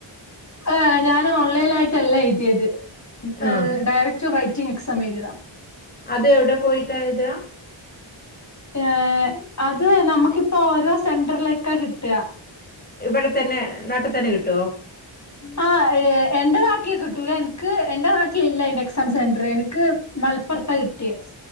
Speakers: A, on the left (about 35°); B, on the left (about 20°).
A: ഏഹ് ഞാൻ ഓൺലൈൻലായിട്ടല്ല എഴുതിയത്
B: ആഹ്
A: ഏഹ് ഡയറക് റ്റു റൈറ്റിംഗ് എക്സാമെയ്തിയതാ.
B: അത് എവിടെ പോയിട്ടാ എഴ്താ?
A: ഏഹ് അത് നമക്കിപ്പോ ഓരോ സെന്ററിലേക്കാ കിട്ടാ.
B: ഇവടെ തന്നെ നാട്ട് തന്നെ കിട്ടോ?
A: ആഹ് ഏ എന്റെ നാട്ടിൽ കിട്ടൂല എൻക്ക് എന്റെ നാട്ടിൽ ഇല്ല എയ്ന്റെ എക്സാം സെന്റർ. എൻക്ക് മൽപ്പൊർത്താ കിട്ടിയെ.